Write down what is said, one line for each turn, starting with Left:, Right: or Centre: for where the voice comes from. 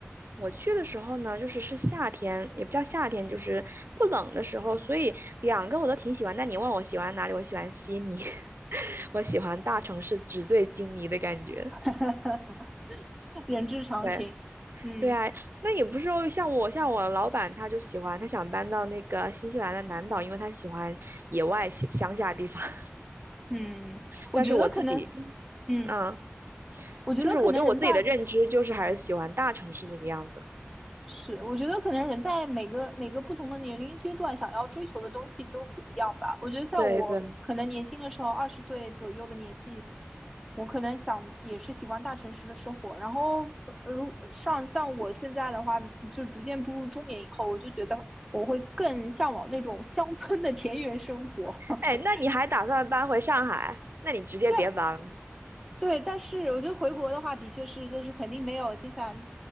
Right: 我去的时候呢，就是是夏天，也不叫夏天，就是不冷的时候，所以两个我都挺喜欢。那你问我喜欢哪里，我喜欢悉尼，<laughs> 我喜欢大城市纸醉金迷的感觉。
Centre: <laughs> 人之常情。
Right: 对
Centre: 嗯
Right: 对啊，那也不是说像我像我老板他就喜欢，他想搬到那个新西兰的南岛，因为他喜欢野外乡乡下地方。<laughs>
Centre: 嗯，我觉得可能，
Right: 但是我自己，
Centre: 嗯，
Right: 嗯，
Centre: 我觉得可能人在
Right: 就是我对我自己的认知就是还是喜欢大城市那个样子。
Centre: 是，我觉得可能人在每个每个不同的年龄阶段，想要追求的东西都不一样吧。我觉得在我可能年轻的时候，
Right: 对对，
Centre: 二十岁左右的年纪，我可能想也是喜欢大城市的生活。然后，呃，如上像我现在的话，就逐渐步入中年以后，我就觉得我会更向往那种乡村的田园生活。<laughs>
Right: 哎，那你还打算搬回上海？那你直接别搬了。
Centre: 对，对，但是我觉得回国的话，的确是就是肯定没有新西兰